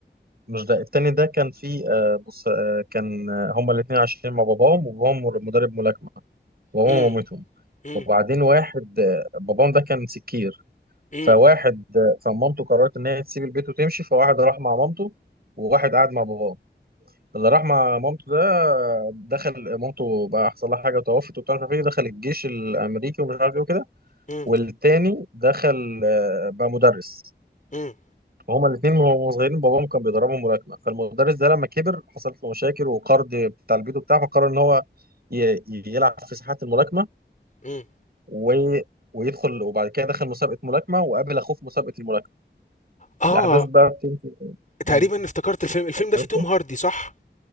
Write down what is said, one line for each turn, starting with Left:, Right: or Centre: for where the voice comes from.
Right: مش ده التاني ده كان في آه بص آه كان آه هما الاتنين عايشين مع باباهم وباباهم مدرب ملاكمة وباباهم
Left: امم
Right: ومامتهم
Left: امم
Right: وبعدين واحد آه باباهم ده كان سكير
Left: امم
Right: فواحد آه فمامته قررت إن هي تسيب البيت وتمشي فواحد راح مع مامته وواحد قعد مع باباه اللي راح مع مامته ده آه، دخل مامته بقى حصل لها حاجة وتوفت وبتاع مش عارف ايه دخل الجيش الأمريكي ومش عارف ايه وكده
Left: امم
Right: والتاني دخل آه بقى مدرس
Left: امم
Right: هما الاثنين وهما صغيرين باباهم كان بيدربهم ملاكمه فالمدرس ده لما كبر حصلت له مشاكل وقرض بتاع البيت وبتاع فقرر ان هو ي- ي- يلعب في ساحات الملاكمه
Left: امم
Right: و... ويدخل وبعد كده دخل مسابقه ملاكمه وقابل اخوه في مسابقه الملاكمه
Left: اه
Right: الاحداث بقى بتمشي مم.
Left: تقريبا افتكرت الفيلم الفيلم ده
Right: عرفته
Left: فيه توم هاردي صح